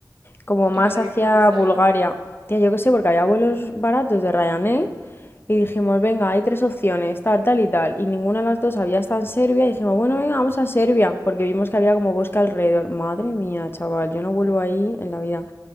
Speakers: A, on the left; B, on the right.
A: como
B: ¿Y
A: más
B: para
A: hacia
B: qué fuisteis
A: Bulgaria.
B: ahí?
A: Tía, yo qué sé, porque había vuelos baratos de Ryanair. Y dijimos, venga, hay tres opciones, tal, tal y tal. Y ninguna de las dos había estado en Serbia. Y dijimos, bueno, venga, vamos a Serbia. Porque vimos que había como bosque alrededor. Madre mía, chaval, yo no vuelvo ahí en la vida.